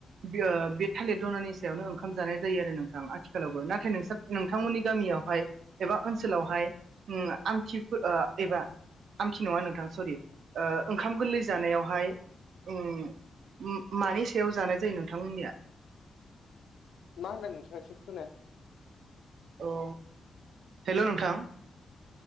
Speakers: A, on the right; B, on the left.
A: बेओ थालिर दनानि सायावनो ओंखाम जानाय जायो आरो नोंथां आथिखालावबो नाथाय नोंसोर नोंथांमोननि गामि इयावहाय एबा ओनसोलावहाय उम आमथि एबा आंखि नङा नोंथां सरि ओ ओंखाम गोरलै जानायावहाय उम उम मानि सायाव जानाय जायो नोंथांमोननिया?
B: मा होनदों नोंथां ऐसे खोना
A: औ हेल' नोंथां।